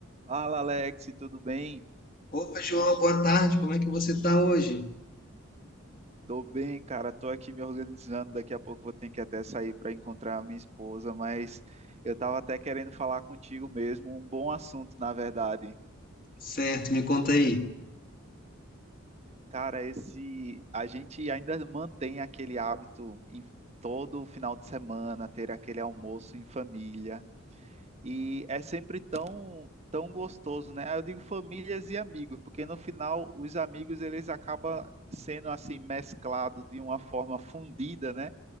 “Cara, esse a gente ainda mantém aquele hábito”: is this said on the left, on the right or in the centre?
Right